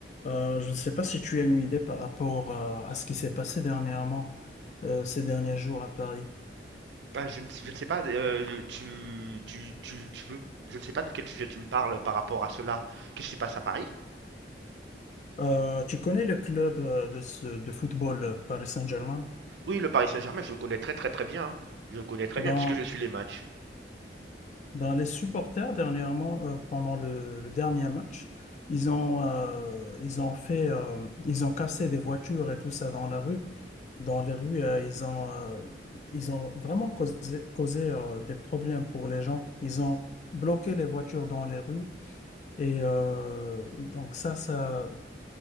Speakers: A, on the left (about 40°); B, on the right (about 70°).
A: Euh, je ne sais pas si tu as une idée par rapport euh, à ce qui s'est passé dernièrement, euh, ces derniers jours à Paris.
B: Ah, je ne, sais- je ne sais pas, euh, tu, tu, tu, tu veux, je ne sais pas de quel sujet tu me parles par rapport à cela. Qu'est-ce qui se passe à Paris?
A: Euh, tu connais le club euh, de, ce- de football euh, Paris Saint-Germain?
B: Oui, le Paris Saint-Germain, je le connais très très très bien. hein. Je le connais très
A: Ben,
B: bien puisque je suis les matchs.
A: ben, les supporters dernièrement, euh, pendant le, le dernier match, ils ont, euh, ils ont fait, euh, ils ont cassé des voitures et tout ça dans la rue. Dans les rues, euh, ils ont, euh, ils ont vraiment causé, causé, euh, des problèmes pour les gens. Ils ont bloqué les voitures dans les rues. Et euh, donc ça, ça,